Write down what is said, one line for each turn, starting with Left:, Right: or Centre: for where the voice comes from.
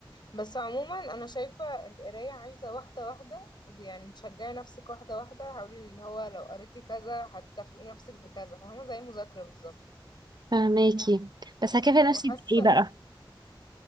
Left: بس عموما انا شايفة القراية عايزة واحدة واحدة ويعني تشجعي نفسك واحدة واحدة حاولي ان هو لو قريتي كذا هتكافئي نفسك بكذا فاهمة زي المذاكرة بالظبط
Right: فهماكي بس هكافئ
Left: وحاسة
Right: نفسي بايه بقى